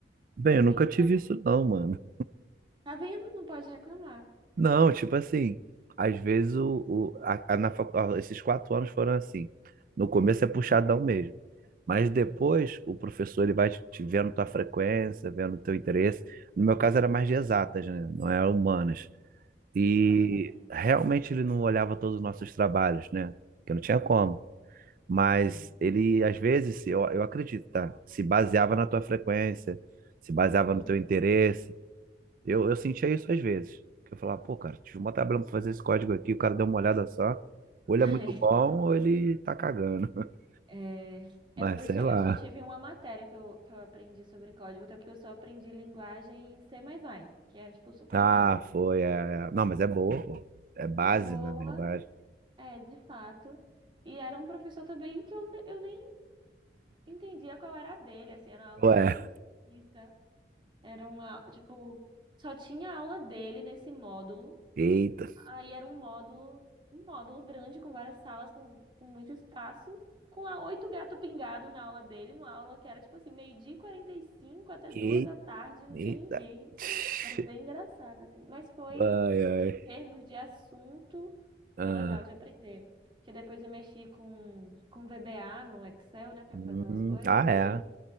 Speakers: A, on the right; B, on the right.
A: Bem, eu nunca
B: Então,
A: tive isso, não, mano.
B: tá vendo? Não pode reclamar.
A: Não, tipo assim, às vezes o, o, a, a- na facu- ó, esses quatro anos foram assim. No começo é puxadão mesmo, mas depois
B: Hum.
A: o professor ele vai te te vendo tua frequência, vendo teu interesse. No meu caso era mais de exatas, né? Não era humanas. E
B: Não, meu também.
A: realmente ele não olhava todos os nossos trabalhos, né? Porque não tinha como. Mas
B: Sim.
A: ele, às vezes, se- eu, eu acredito, tá? Se baseava na tua frequência, se baseava
B: Hum.
A: no teu interesse. Eu, eu sentia isso às vezes. Que eu falava, pô, cara, tive uma tabela pra fazer esse código aqui, o cara deu uma olhada só. Ou ele
B: <laughs>
A: é muito bom, ou ele tá cagando. <laughs>
B: É,
A: Mas
B: eu, eu
A: sei
B: só,
A: lá.
B: eu só tive uma matéria que eu, que eu aprendi sobre código, até porque eu só aprendi linguagem em C++, que é, tipo, super
A: Ah,
B: básica.
A: foi. É... é. Não, mas é boa, pô. É base,
B: É boa,
A: na verdade.
B: é, de fato. E era um professor também que eu, ne- eu nem entendia qual era a dele, assim, era uma aula
A: Ué,
B: bem esquisita. Era uma, tipo, só tinha aula dele nesse módulo.
A: eita.
B: Aí era um módulo, um módulo grande com várias salas, com, com muito espaço, com lá oito gato pingado na aula dele, numa aula que era tipo assim, meio-dia e 45 até
A: Que-
B: duas da tarde, não
A: Eita.
B: tinha ninguém.
A: <laughs>
B: Era bem engraçado, assim. Mas foi,
A: Ai, ai.
B: em termos de assunto,
A: Ah,
B: foi legal de aprender. Porque depois eu mexi com, com VBA no Excel, né, para
A: hum,
B: fazer umas coisas,
A: ah,
B: e
A: é.
B: aí